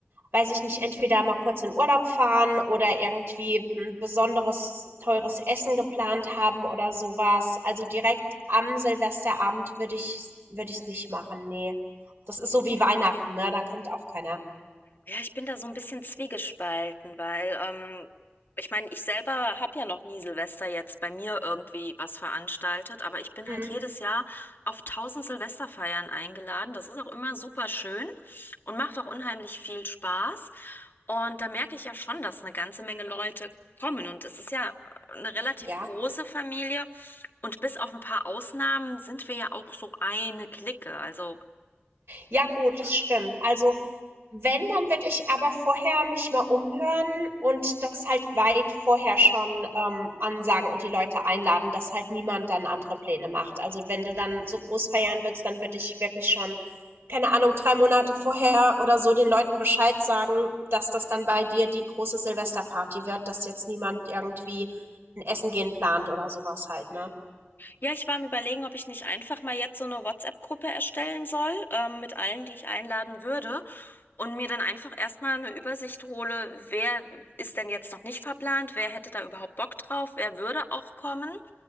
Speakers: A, on the right (about 70°); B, on the left (about 55°).
A: weiß ich nicht, entweder mal kurz in Urlaub fahren oder irgendwie ein besonderes teures Essen geplant haben oder sowas. Also direkt am Silvesterabend würde ich würde ich's nicht machen, nee. Das ist so wie Weihnachten, ne? Dann kommt auch keiner.
B: Ja, ich bin da so ein bisschen zwiegespalten, weil ähm, ich meine, ich selber habe ja noch nie Silvester jetzt bei mir irgendwie was veranstaltet, aber ich bin
A: Mhm.
B: halt jedes Jahr auf tausend Silvesterfeiern eingeladen. Das ist auch immer super schön und macht auch unheimlich viel Spaß. Und da merke ich ja schon, dass eine ganze Menge Leute kommen. Und es ist ja eine relativ
A: Ja.
B: große Familie. Und bis auf ein paar Ausnahmen sind wir ja auch so eine Clique. Also.
A: Ja, gut, das stimmt. Also Wenn, dann würde ich aber vorher mich mal umhören und das halt weit vorher schon ähm, ansagen und die Leute einladen, dass halt niemand dann andere Pläne macht. Also wenn du dann so groß feiern willst, dann würde ich wirklich schon, keine Ahnung, drei Monate vorher oder so den Leuten Bescheid sagen, dass das dann bei dir die große Silvesterparty wird, dass jetzt niemand irgendwie ein Essen gehen plant oder sowas halt, ne?
B: Ja, ich war am Überlegen, ob ich nicht einfach mal jetzt so eine WhatsApp-Gruppe erstellen soll, ähm, mit allen, die ich einladen würde. Und mir dann einfach erstmal eine Übersicht hole, wer ist denn jetzt noch nicht verplant, wer hätte da überhaupt Bock drauf, wer würde auch kommen.